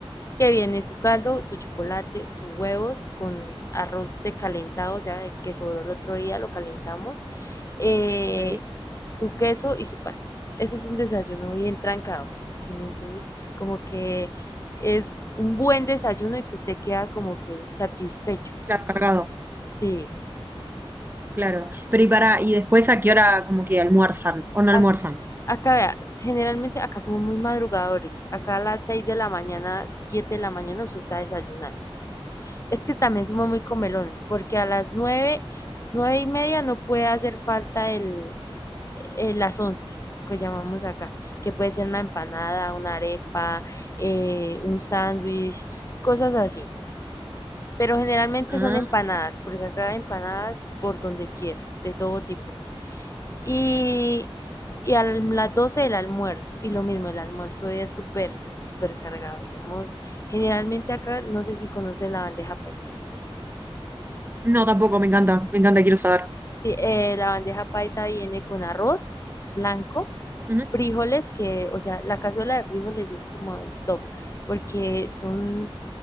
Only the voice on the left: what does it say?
que viene su caldo, su chocolate, sus huevos con arroz de calentado, o sea, de que sobró el otro día, lo calentamos, eh,
su queso y su pan. Eso es un desayuno bien trancado, ¿sí me entiendes? Como que es un buen desayuno y que usted queda como que satisfecho.
Sí,
A-
acá vea, generalmente acá somos muy madrugadores. Acá a las 6 de la mañana, 7 de la mañana usted está desayunando. Es que también somos muy comelones, porque a las 9 9 y media no puede hacer falta el, el- las once, que llamamos acá, que puede ser una empanada, una arepa, eh, un sándwich, cosas así. pero generalmente
son empanadas, porque acá hay empanadas por donde quiera, de todo tipo. Y, y a las 12 el almuerzo, y lo mismo, el almuerzo es súper, súper cargado, digamos. Generalmente acá, no sé si conocen la bandeja paisa.
Sí, eh, la bandeja paisa viene con arroz blanco,
frijoles, que, o sea, la cazuela de frijoles es como el top, porque son